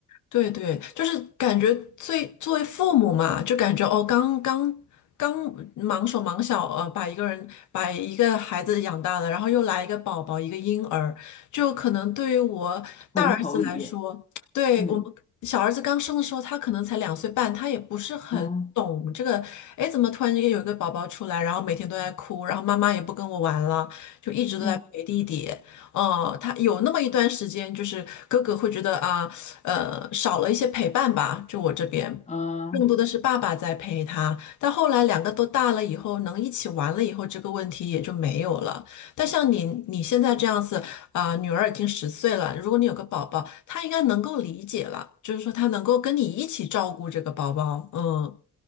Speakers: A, on the left (about 75°); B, on the left (about 25°).
A: 对对，就是感觉最作为父母嘛，就感觉哦，刚刚刚忙手忙脚呃，把一个人把一个孩子养大了，然后又来一个宝宝，一个婴儿，就可能对于我大儿子来说，
B: 重头一遍。
A: 对我们小儿子刚生的时候，
B: 嗯
A: 他可能才两岁半，他也不是很懂这个，
B: 嗯
A: 哎，怎么突然间有一个宝宝出来，然后每天都在哭，然后妈妈也不跟我玩了，就一直都在陪弟弟。
B: 嗯
A: 哦，呃他有那么一段时间，就是哥哥会觉得啊。呃，少了一些陪伴吧，就我这边，
B: 嗯。
A: 更多的是爸爸在陪他。但后来两个都大了以后，能一起玩了以后，这个问题也就没有了。但像你你现在这样子，啊、女儿已经十岁了，如果你有个宝宝，她应该能够理解了，就是说她能够跟你一起照顾这个宝宝。嗯